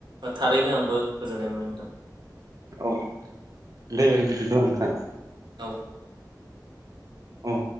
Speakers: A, on the right; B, on the right.
A: थारैनो आंबो गोजोननाय मोनबाय नोंथां
B: औ दे बिदिब्ला नोंथां
A: औ
B: औ